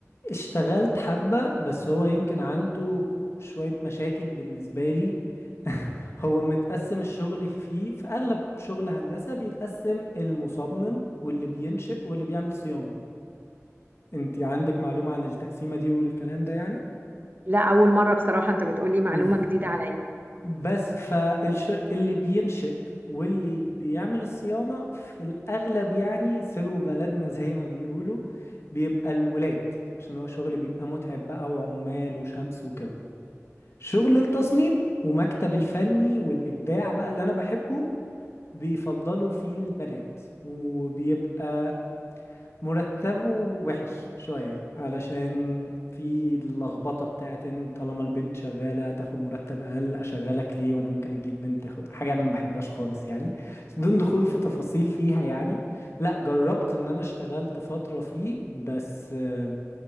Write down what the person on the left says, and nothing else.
اشتغلت حبة بس هو يمكن عنده شوية مشاكل بالنسبة لي <laughs> هو متقسم الشغل فيه في أغلب شغل هندسة بيتقسم المصمم واللي بينشئ واللي بيعمل صيانة انت عندك معلومة عن التقسيمة دي والكلام ده يعني
مم.
بس فالش اللي بينشئ واللي بيعمل الصيانة في الأغلب يعني سروا بلدنا <laughs> زي ما بيقولوا بيبقى الولاد عشان هو شغل بيبقى متعب بقى وعمال وشمس وكده شغل التصميم ومكتب الفني والإبداع بقى اللي أنا بحبه بيفضلوا فيه البنات وبيبقى مرتبه وحش شوية علشان في اللخبطة بتاعت ان طالما البنت شغالة تاخد مرتب أقل أشغلك ليه وأنا ممكن أجيب بنت تاخد حاجة أنا ما بحبهاش خالص يعني بس بدون دخول في تفاصيل فيها يعني لا جربت إن أنا اشتغلت فترة فيه بس آه،